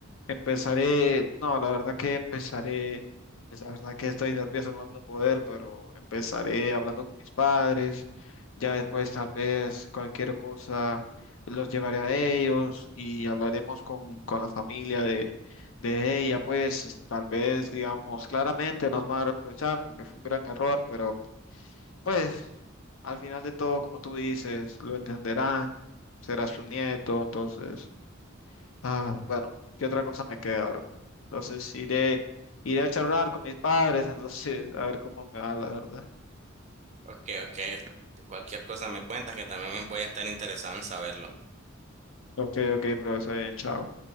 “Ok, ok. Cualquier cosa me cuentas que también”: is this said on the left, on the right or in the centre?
Right